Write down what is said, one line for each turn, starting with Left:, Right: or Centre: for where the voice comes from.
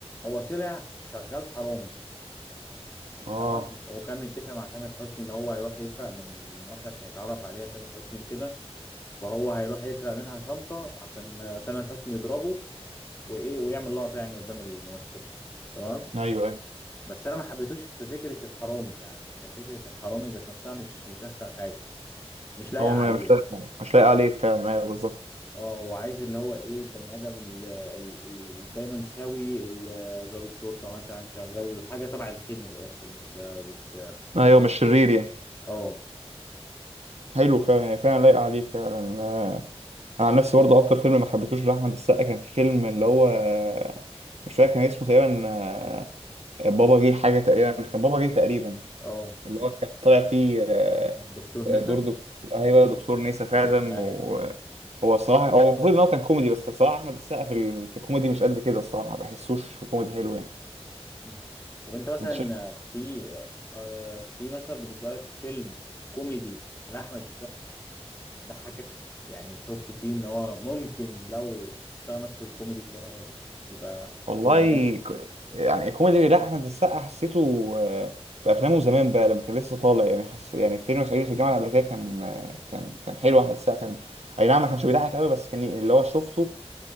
Left: هو طلع شغال حرامي
Right: اه
Left: تمام وكان متفق مع تامر حسني ان هو هيروح يسرق من من واحده عشان يتعرف عليها تامر حسني وكده فهو هيروح يسرق منها شنطه عشان آه، تامر حسني يضربه وايه ويعمل لقطه يعني قدام الممثل تمام
Right: ايوه ايوه
Left: بس انا ما حبيتوش في فكره الحرامي يعني كفكره الحرامي ذات نفسها مش مش احسن حاجه مش لايقه
Right: هو
Left: عليه
Right: ما- مش لايق مش لايق عليه فعلا ايوه بالظبط
Left: اه هو عايز اللي هو ايه بني ادم ال- ال- ال- دايما سوي ال- ضابط شرطه مثلا شغال حاجه تبع الخير من الاخر مش مش
Right: ايوه مش شرير يعني
Left: اه
Right: حلو فعلا هي فعلا لايقه عليه فعلا آه، انا عن نفسي برضه اكتر فيلم ما حبيتهوش لاحمد السقا كان في فيلم اللي هو آه، مش فاكر كان اسمه تقريبا آه، بابا جه حاجه تقريبا كان بابا جه تقريبا
Left: اه
Right: اللي هو كان طالع فيه آه،
Left: دكتور
Right: آه،
Left: نسا
Right: دور دكتور ايوه دكتور نيسا فعلا
Left: ايوه
Right: وهو الصراحه هو المفروض ان هو كان كوميدي بس الصراحه احمد السقا في ال... في الكوميدي مش قد كده الصراحه ما بحسوش في كوميدي حلو يعني
Left: مم. طب انت مثلا
Right: انت
Left: في آه، في مثلا بالنسبه لك فيلم كوميدي لاحمد ضحكك يعني شفته فيه ان هو ممكن لو اشتغل نفسه في الكوميدي شويه يبقى
Right: والله
Left: كوميديان
Right: ك... يعني كوميدي لا احمد السقا حسيته آه، في افلامه زمان بقى لما كان لسه طالع يعني حس يعني فيلم صعيدي في الجامعه الامريكيه كان آه، كان كان حلو احمد السقا كان اي نعم ما كانش بيضحك قوي بس كان ي- اللي هو شفته